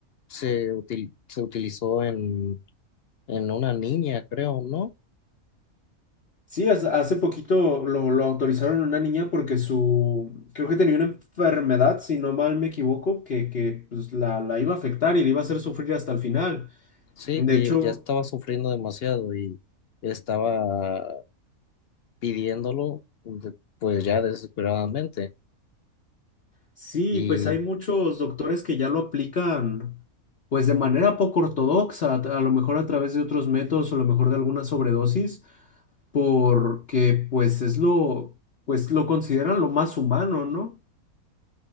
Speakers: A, on the left; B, on the left.
A: se, util- se utilizó en, en una niña, creo, ¿no?
B: Sí, hace hace poquito lo, lo autorizaron a una niña porque su, creo que tenía una enfermedad, si no mal me equivoco, que, que pues, la, la iba a afectar y le iba a hacer sufrir hasta el final.
A: Sí,
B: De
A: que
B: hecho,
A: ya estaba sufriendo demasiado y estaba pidiéndolo, de- pues ya desesperadamente.
B: sí,
A: Y
B: pues hay muchos doctores que ya lo aplican pues de manera poco ortodoxa, a a lo mejor a través de otros métodos o a lo mejor de alguna sobredosis, porque pues es lo, pues lo consideran lo más humano, ¿no?